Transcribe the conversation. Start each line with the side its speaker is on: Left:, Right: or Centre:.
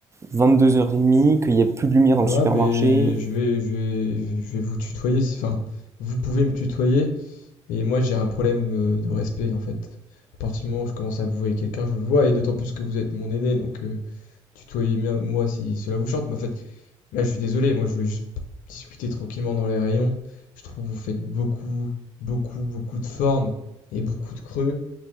Right: 22h30, qu'il n'y a plus de lumière dans
Left: Ah
Right: le supermarché.
Left: mais je vais je vais je vais vous tutoyer si enfin vous pouvez me tutoyer mais moi j'ai un problème euh, de respect en fait. À partir du moment où je commence à vous voir quelqu'un, je le vois et d'autant plus que vous êtes mon aîné donc euh, Tutoyez-moi si cela vous chante, mais en fait, là, je suis désolé, moi, je voulais juste discuter tranquillement dans les rayons. Je trouve que vous faites beaucoup, beaucoup, beaucoup de formes et beaucoup de creux,